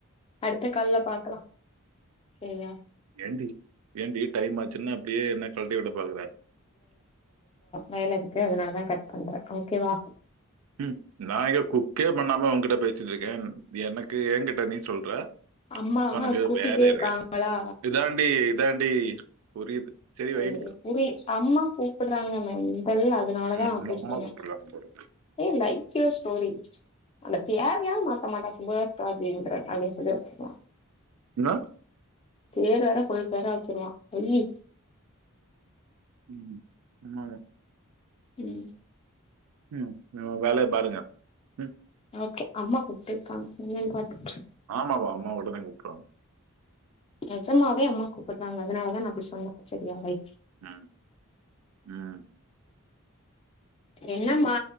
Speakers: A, on the left; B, on the right.
A: அடுத்த கால்ல பாக்கலா செரியா
B: ஏண்டி ஏண்டி டைம் ஆச் சின்ன அப்டியே என்ன கல்ட்டி விட பாக்குற
A: வேல இருக்கு அதனாலதா கட் பண்றே ஓகேவா
B: ம் நான் எங்க குக்கே பண்ணாம உ ங்கிட்ட பேசிட்டு இருக்கேன் எனக்கு என்கிட்ட நீ சொல்ற
A: அம்மா
B: உனக்கு
A: கூப்பிடுட்டே
B: வேலை
A: இருக்காங்களா
B: இருக்கா இதாண்டி இதாண்டி புரியுது சரி வைடி
A: ஏ புரி அம்மா கூப்புறாங்க மேன் டல் அதுனாலதா
B: ம்,
A: அப்டி
B: இல்ல, அம்மா
A: சொன்னே
B: கூப்பிடுறாங்க போல
A: ஏ லைக் யுவர் ஸ்டோரி அந்த பெரயாரும் மாத்த மாட்டான் சுபாஷ் ராஜீந்திரன் அப்டின்னு சொல்லி வச்சுக்குவான்
B: என்ன
A: பெர வேற ஃபுல் பெரா வச்சருவா வையி
B: உம் ம்மாதா
A: உம்
B: உம் உவேலைய பாருங்க உம்
A: ஓகே அம்மா கூப்ட்டேருக்காங்க <unintelligible>
B: ஆமாவ அம்மா ஒடனே கூப்றாங்க
A: நஜமாவே அம்மா கூப்புறாங்க அதனால தா அப்டி சொன்னே செரியா வை
B: ம் உம்
A: என்னம்மா